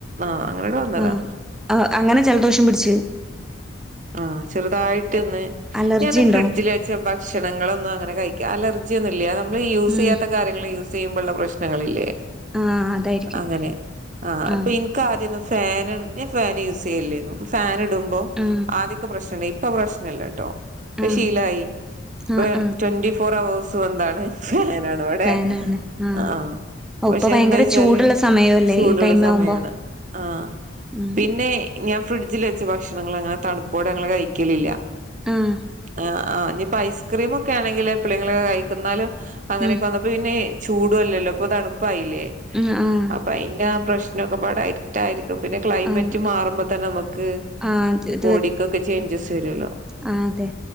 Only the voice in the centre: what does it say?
ഉം ആഹ് അങ്ങന ജലദോഷം പിടിച്ച്
അലർജി
ഉണ്ടോ
ഉം
ആ അതായിരിക്കും
ആ
ആ
ആ
ആ
ആ
ഫാനാണ് ആഹ്
ഓ
ഇപ്പൊ ഭയങ്കര
ചൂടുള്ള സമയല്ലേ
ഈ ടൈം
ആവുമ്പോ
ഉം
ആഹ്
ഉം
ഉം ആഹ്
ആഹ്
ആഹ് <unintelligible>
ആഹ് അതെ